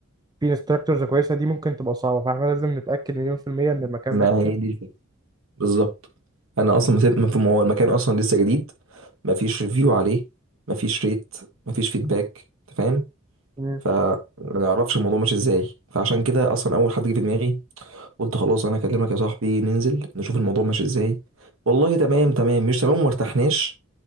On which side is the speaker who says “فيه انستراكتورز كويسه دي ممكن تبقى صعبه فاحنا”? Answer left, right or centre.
Right